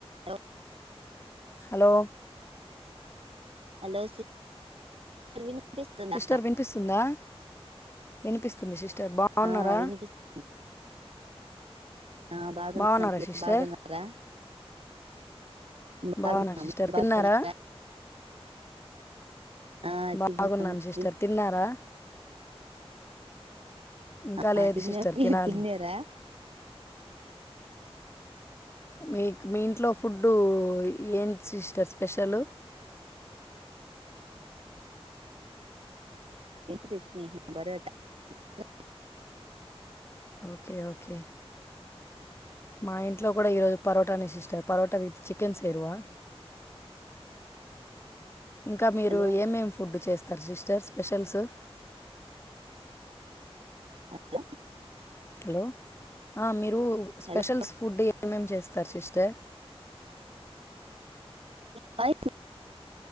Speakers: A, on the right; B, on the left.
A: The
B: hello
A: hello వినిపిస్తుందా
B: sister వినిపిస్తుందా వినిపిస్తుంది సిస్ ర్ బాగున్నారా
A: ఆ వినిపిస్తు ఆ బాగాన్నము
B: బాగున్నారా
A: మీరు
B: సిస్టర్
A: బాగున్నారా బాగున్నాం
B: బాగున్నా సిస్టర్
A: మీరు
B: తిన్నారా
A: బాగున్నారా ఆ
B: బాగున్నాను
A: తిన్నాం మీరు
B: సిస్టర్ తిన్నారా ఇంకా
A: ఆ
B: లేదు
A: తిన్నాం
B: సిస్టర్
A: మీరు
B: తినాలి
A: తిన్నారా
B: మీకు మీ ఇంట్లో ఫుడ్డు ఏంటి సిస్టర్ స్పెషల్
A: ఇంటి ప్రతు న బరటా <unintelligible>
B: ఓకే ఓకే మా ఇంట్లో కూడా ఈరోజు పరోటా నే సిస్టర్ పరోట విత్ చికెన్ సేరువా ఇంకా మీరు
A: హలో
B: ఏమేం ఫుడ్ చేస్త ర్ సిస్టర్ స్పెషల్స్
A: హలో
B: హలో ఆ మీరు స్పెషల్
A: హలో
B: ఫుడ్ ఏమేం చేస్త రు సిష్టర్
A: మీలి